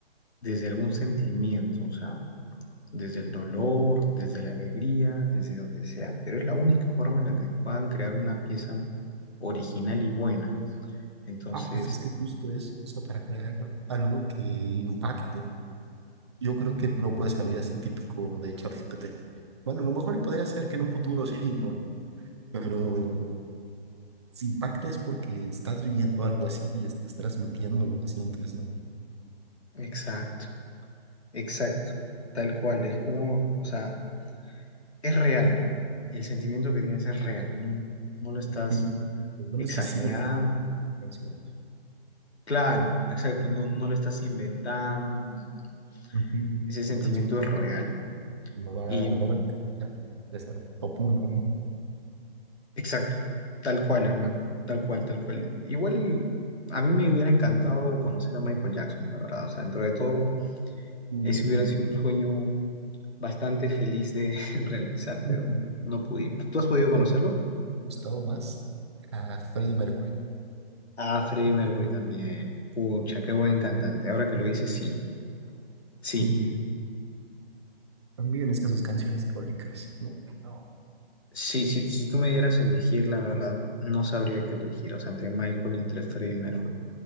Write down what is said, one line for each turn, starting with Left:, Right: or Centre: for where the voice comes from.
Left: desde algún sentimiento, o sea, desde el dolor, desde la alegría, desde donde sea. Pero es la única forma en la que puedan crear una pieza original y buena. Entonces,
Right: Ah, pues es que justo eso, o sea, para crear algo que impacte yo creo que no puede salir así típico de ChatGPT. Bueno, a lo mejor y podría ser que en un futuro sí, ¿no? Pero si impacta es porque estás viviendo algo así y estás transmitiendo lo que sientes, ¿no?
Left: exacto, exacto, tal cual, es como, o sea, es real. El sentimiento que tienes es real, no, no lo estás
Right: Mm. Lo bueno
Left: exagerando,
Right: es que siguen siendo canciones.
Left: Claro, exacto, no, no lo estás inventando, no, no, no.
Right: Ujú.
Left: Ese
Right: Son
Left: sentimiento
Right: canciones
Left: es
Right: que
Left: real
Right: no van,
Left: y
Right: no van a cambiar de ser top uno, ¿no?
Left: exacto, tal cual, hermano, tal cual, tal cual. Igual a mí me hubiera encantado conocer a Michael Jackson, la verdad, o sea, dentro de todo,
Right: Y definitivamente
Left: ese hubiera sido un sueño bastante feliz de <laughs> realizar,
Right: Ujú.
Left: pero no pudimos. ¿Tú has podido
Right: siempre
Left: conocerlo?
Right: me ha gustado más a Freddie Mercury.
Left: Ah, Freddie Mercury también. Pucha, qué buen cantante. Ahora que lo dices, sí, sí.
Right: Y también es que sus canciones icónicas. ¿no? No.
Left: Sí, si, si si tú me dieras a elegir, la verdad, no sabría qué elegir, o sea, entre Michael y entre Freddie Mercury.